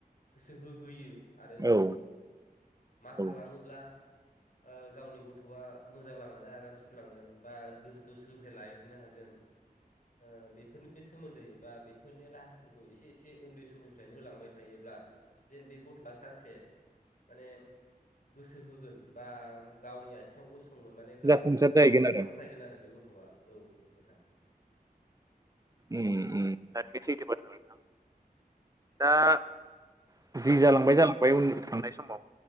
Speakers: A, on the left; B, on the right.
A: गोसो होहोयो आरो
B: औ
A: मा खालामोब्ला
B: औ
A: ओ गावनि गथ'आ मोजां लामाजों आगान सुरलांगोन बा गोजौ सोलोंथाइ लाहैनो हागोन ओ बेफोरनि सोमोन्दै बा बेफोरनि राहाफोरखौ एसे एसे उन्दै समनिफ्रायनो होलांबाय थायोब्ला जेन बे गथ'आ सानसे माने गोसो होगोन बा गावनि आ थिङाव गसंनो माने गाव
B: जाफुंसार जाहैगोन आरो
A: हास्थायगोन आरो बे गथ'आ औ नोंथां
B: उम उम थारैनो सैथो बाथ्रा बे नोंथां दा जि जालांबाय जालांबाय उन थांनाय समाव